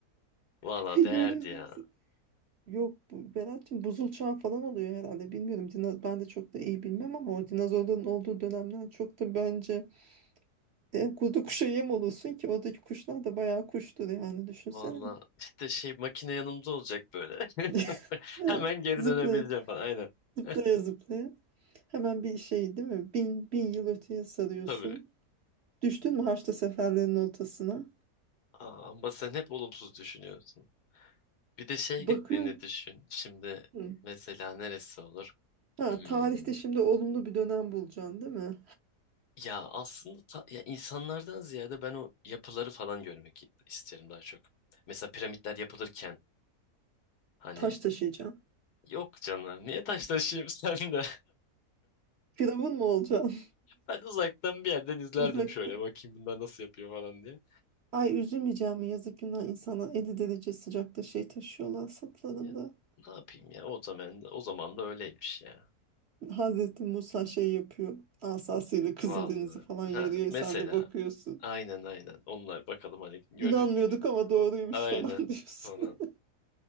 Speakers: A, on the left; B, on the right.
A: Valla
B: görürdüm.
A: değerdi ya.
B: Yok bu Berat'cığım buzul çağı falan oluyor herhalde. Bilmiyorum. Dino- ben de çok da iyi bilmem ama o dinozorların olduğu dönemden çok da bence e, kurdu kuşa yem olursun ki oradaki kuşlar da bayağı kuştur yani düşünsene.
A: Valla işte şey makine yanımda olacak böyle.
B: <laughs>
A: <laughs>
B: Evet,
A: Hemen geri
B: Zıplaya
A: dönebileceğim falan. Aynen.
B: zıplaya
A: <laughs>
B: zıplaya hemen bir şey değil mi? Bin, bin yıl öteye sarıyorsun.
A: Tabii.
B: Düştün mü Haçlı seferlerin ortasına?
A: Aa, ama sen hep olumsuz düşünüyorsun. Bir de şey
B: <laughs> Bakıyor.
A: gittiğini düşün. Şimdi
B: Hı.
A: mesela neresi olur?
B: Ha,
A: Hmm.
B: tarihte şimdi olumlu bir dönem bulacaksın değil mi?
A: Ya aslında ta- ya insanlardan ziyade ben o yapıları falan görmek isterim daha çok. Mesela piramitler yapılırken hani
B: Taş taşıyacaksın.
A: yok canım niye taş taşıyayım <laughs> sen de.
B: Firavun mu olacaksın?
A: Ben uzaktan bir yerden izlerdim
B: <laughs> Uzakta.
A: şöyle bakayım bunlar nasıl yapıyor falan diye.
B: Ay üzülmeyeceğim mi? Yazık günah insana 50 derece sıcakta şey taşıyorlar sırtlarında.
A: Ya, ne yapayım ya o zaman da, o zaman da öyleymiş ya.
B: Hazreti Musa şey yapıyor. Asasıyla Kızıldeniz'i
A: Vallahi.
B: falan yarıyor.
A: Ha, mesela
B: Sen de bakıyorsun.
A: aynen aynen onlar bakalım hani görür.
B: İnanmıyorduk ama doğruymuş
A: Aynen
B: <laughs> falan diyorsun.
A: falan.